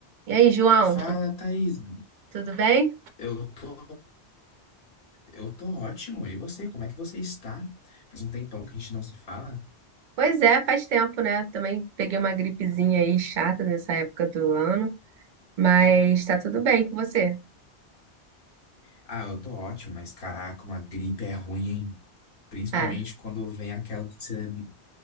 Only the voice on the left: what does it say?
Fala,
Thaís.
Eu tô, eu tô ótimo. E você, como é que você está? Faz um tempão que a gente não se fala.
Ah, eu tô ótimo, mas caraca, uma gripe é ruim, hein? Principalmente
quando vem aquela que você